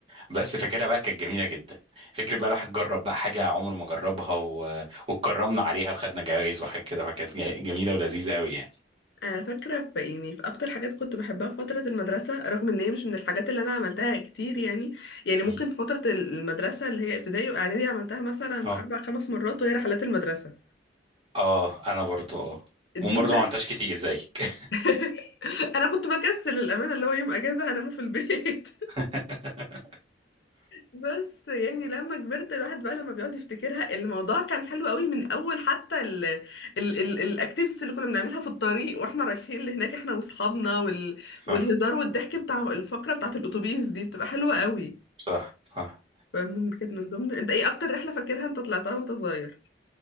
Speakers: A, on the right; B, on the left.
A: بس فاكرها بقى كانت جميله جدا فكر بقى الواحد جرب بقى حاجه عمره ما جربها و... واتكرمنا عليها وخدنا جوائز وحاجات كده فكانت جا- جميله ولذيذه قوي يعني
B: انا فاكره في يعني في اكتر حاجات كنت بحبها في فتره المدرسه رغم ان هي مش من الحاجات اللي انا عملتها كتير يعني يعني ممكن
A: مم.
B: في فتره المدرسه اللي هي ابتدائي واعدادي عملتها مثلا
A: اه
B: اربع خمس مرات وهي رحلات المدرسه
A: اه انا برضو اه
B: دي
A: وبرضو
B: بقى
A: ما عملتهاش كتير زيك
B: <laughs> انا كنت بكسل الامانه اللي هو يوم اجازه هنامه في البيت
A: <laughs>
B: بس يعني لما كبرت الواحد بقى لما بيقعد يفتكرها الموضوع كان حلو قوي من اول حتى ال ال ال الاكتيفيتيز اللي كنا بنعملها في الطريق واحنا رايحين لهناك احنا واصحابنا وال
A: صح
B: والهزار والضحك بتاع الفقرة بتاعت الاتوبيس دي بتبقى حلوة قوي
A: صح صح
B: فمن كانت من ضمن انت ايه اكتر رحلة فاكرها انت طلعتها وانت صغير